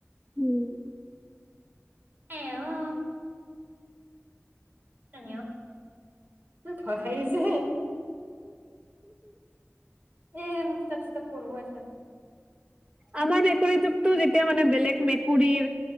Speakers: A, on the right; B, on the right.
A: উম।
B: এও এঅ ভয় খাই গিছে। এ মোৰ কিতাপ চিতাপ প'ৰব' এথেন।
A: আমাৰ মেকুৰীটোকটো যেতিয়া মানে বেলেগ মেকুৰী